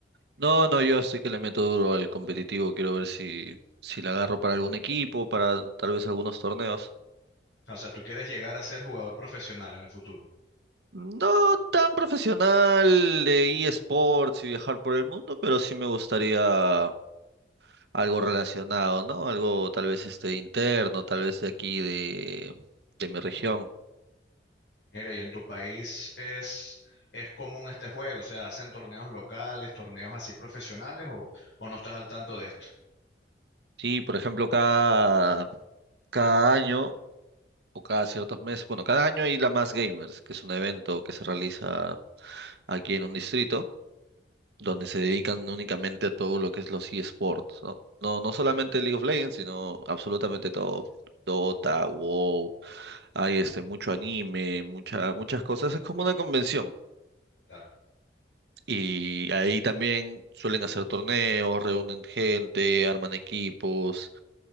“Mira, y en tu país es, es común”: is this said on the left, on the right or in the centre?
Left